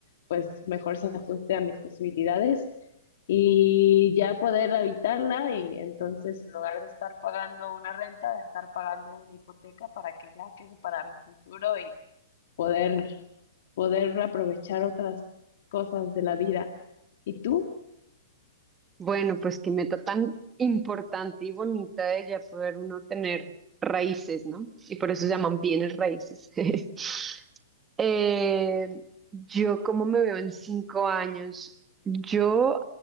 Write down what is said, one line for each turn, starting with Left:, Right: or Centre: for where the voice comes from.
Left: pues mejor se ajuste a mis posibilidades y ya poder habitarla y entonces en lugar de estar pagando una renta, de estar pagando una hipoteca para que ya quede para mi futuro y poder poder aprovechar otras cosas de la vida. ¿Y tú?
Right: Bueno, pues qué meta tan importante y bonita de ya poder uno tener raíces, ¿no? Y por eso se llaman bienes raíces. <laughs> Eh, yo, ¿cómo me veo en cinco años? Yo